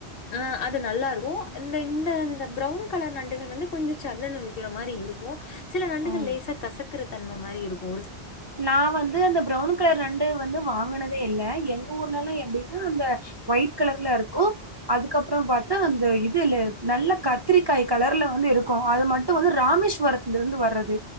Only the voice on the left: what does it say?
ஆ அது நல்லா இருக்கு இந்த இந்த இந்த ப்ரவுன் கலர் நண்டுகள் வந்து கொஞ்சோ சல்லுனு இழுக்கிற மாரி இரு க்கு சில நண்டுகள்
லேசா கசக்குற தன்ம மாரி இருக்கு